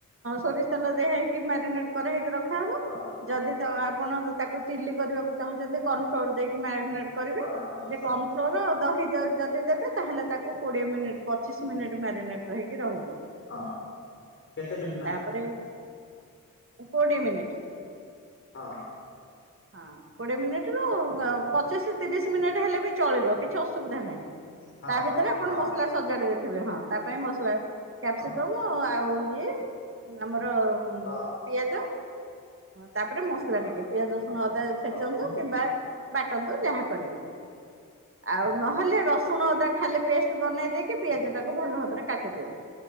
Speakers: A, on the right; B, on the left.
A: ସୋରିଷ ତେଲ ଦିଆ ହେଇକି ମ୍ୟାରିନେଟ କରାହେଇକି ରଖାହବ।
B: ହଁ
A: ଯଦି
B: ହଁ।
A: ଆପଣ ତାକୁ ଚିଲି କରିବାକୁ ଚାହୁଁଛନ୍ତି କର୍ଣ ଫ୍ଲୋର ଦେଇକି ମ୍ୟାରିନେଟ କରିବେ।
B: ହଁ ହଁ
A: ଯେ
B: ହଁ
A: କର୍ଣ ଫ୍ଲୋର ଦହି ଯଦି ଦେବେ ତାହେଲେ ତାକୁ କୋଡ଼ିଏ ମିନିଟ୍ ପଚିଶ ମିନିଟ୍ ମ୍ୟାରିନେଟ୍ ରହିକି ରହିବ।
B: ହଁ। କେତେ ମିନିଟ୍ ମାରିଲ
A: ତାପରେ କୋଡିଏ ମିନିଟ୍
B: ହଁ।
A: ହଁ କୋଡିଏ ମିନିଟ ରୁ ପଚିଶ ତିରିଶ ମିନିଟ୍ ହେଲେ ବି ଚଳିବ କିଛି ଅସୁବିଧା ନାହିଁ।
B: ହଁ
A: ତା ଭିତରେ
B: ହଁ
A: ଆପଣ
B: ହଁ
A: ମସଲା ସଜାଡି ଦେବେ। ହଁ ତା ପାଇଁ ମସଲା କ୍ୟାପସିକମ୍
B: ହଁ
A: ଆଉ ଇଏ ଆମର
B: ହଁ।
A: ପିଆଜ ତାପରେ ମସଲା
B: ହଁ
A: ଟିକେ ପିଆଜ ରଶୁଣ ଅଦା ଛେଚନ୍ତୁ
B: ହଁ ହଁ ହଁ ହଁ
A: କିମ୍ବା ବାଟନ୍ତୁ ଯାହା କରିବେ ଆଉ। ନହେଲେ ରସୁଣ ଅଦା ଖାଲି ପେଷ୍ଟ ବନେଇ ଦେଇକି ପିଆଜ ଟାକୁ ଭଲ ଭାବରେ କାଟିଦେବେ।